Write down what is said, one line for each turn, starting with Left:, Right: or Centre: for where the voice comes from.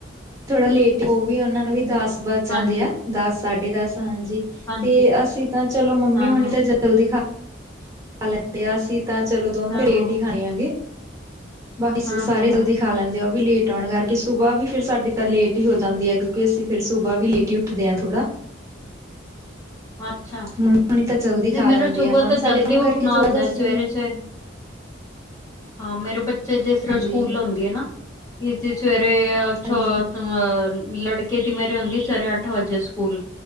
Right: ਥੋੜਾ ਲੇਟ ਓ ਵੀ ਉਨਾਂ ਨੂੰ ਵੀ ਦਸ ਵਜ ਜਾਦੇ
Left: ਹਾਂਜੀ
Right: ਐ, ਦਸ, ਸਾਢੇ ਦਸ ਹਾਂਜੀ।
Left: ਹਾਂਜੀ
Right: ਤੇ ਅਸੀਂ ਤਾਂ ਚਲੋਂ ਮੰਮੀ
Left: ਹਾਂ
Right: ਹੁਣੀ
Left: ਹਾਂ
Right: ਤਾਂ ਜਲਦੀ ਖਾ ਖਾ ਲੈਂਦੇ ਆ, ਅਸੀ ਤਾਂ ਚਲੋਂ ਦੋਨੋ
Left: ਹਾਂ
Right: ਰੇਟ
Left: ਹਾਂ
Right: ਈ ਖਾਣੇ ਆ ਗੇ ਬਸ
Left: ਹਾਂ
Right: ਸਾਰੇ
Left: ਹਾਂ ਹਾਂ
Right: ਜਲਦੀ ਖਾ ਲੈਂਦੇ ਓ ਵੀ ਲੇਟ ਆਉਣ ਕਰਕੇ, ਸੁਬਾਹ ਵੀ ਫਿਰ ਸਾਡੀ ਤਾਂ ਲੇਟ ਈ ਹੋ ਜਾਂਦੀ ਐ ਕਿਉਂਕਿ ਅਸੀਂ ਫਿਰ ਸੁਬਾ ਵੀ ਲੇਟ ਈ ਉ ਠਦੇ ਆ ਥੋੜਾ।
Left: <unintelligible> ਅੱਛਾ,
Right: ਮੰਮੀ ਹੋਣੀ ਤਾਂ ਜਲਦੀ ਖਾ
Left: ਨੀ ਮੇਰਾ
Right: ਲੈਂਦੇ
Left: ਸੁਬਾਹ
Right: ਆ ਮਨ
Left: ਤੋਂ ਜਲਦੀ
Right: ਸਾਡੇ ਕੰਮ
Left: ਉੱਠਣਾ
Right: ਕਰਕੇ ਥੋੜਾ
Left: ਹੁੰਦਾ
Right: ਜਿਹਾ ਸੀ
Left: ਸਵੇਰੇ-ਸਵੇਰੇ। ਹਾਂ ਮੇਰੇ ਬੱਚੇ ਜਿਸ ਤਰ੍ਹਾਂ
Right: ਹਾਂਜੀ।
Left: ਸਕੂਲ ਹੁੰਦੀ ਏ ਨਾ। ਈਚੀ ਸਵੇਰੇ ਅ ਛੋ
Right: ਹਾਂਜੀ,
Left: ਮ ਲੜਕੇ ਦੀ ਮੇਰੀ ਹੁੰਦੀ ਐ ਸਵੇਰੇ ਅੱਠ ਵਜੇ ਸਕੂਲ